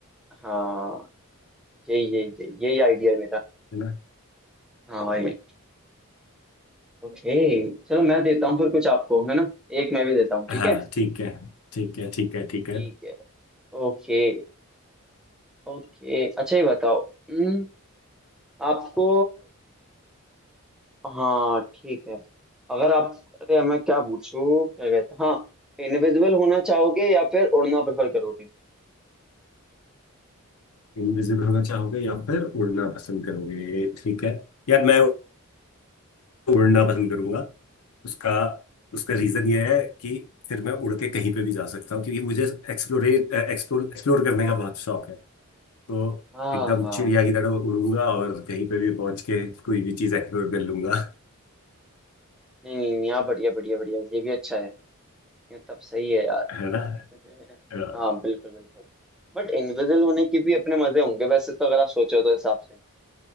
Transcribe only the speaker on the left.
है ना
हाँ
ठीक है ठीक है ठीक है ठीक
है
इनविजिबल होना चाहोगे या फिर उड़ना पसंद करोगे ठीक है यार मैं उड़ना पसंद करूंगा उसका उसका रीजन ये है कि फिर मैं उड़ के कहीं पे भी जा सकता हूँ क्योंकि मुझे एक्सप्लोरेट एक्सप्लोर एक्सप्लोर करने का बहुत शौक है तो
एकदम
चिड़िया की तरह उड़ूंगा और कहीं पे भी पहुंच के कोई भी चीज एक्सप्लोर कर लूंगा
है ना
अ,